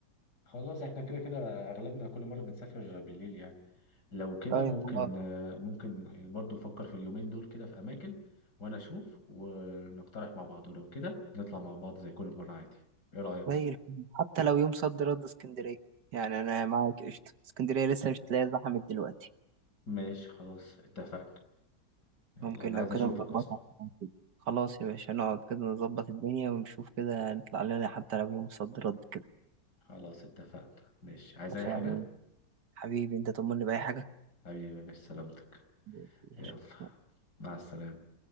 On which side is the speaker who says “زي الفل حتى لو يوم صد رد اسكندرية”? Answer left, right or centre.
Right